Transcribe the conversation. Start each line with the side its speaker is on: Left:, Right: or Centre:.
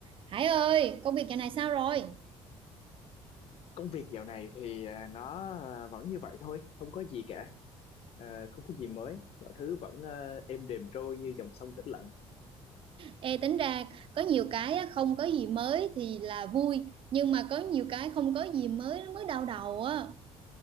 Right: Hải ơi, công việc dạo này sao rồi?
Left: công việc dạo này thì à, nó à, vẫn như vậy thôi không có gì cả À, không có gì mới mọi thứ vẫn à, êm đềm trôi như dòng sông tĩnh lặng
Right: Ê, tính ra có nhiều cái á, không có gì mới thì là vui, nhưng mà có nhiều cái không có gì mới nó mới đau đầu á.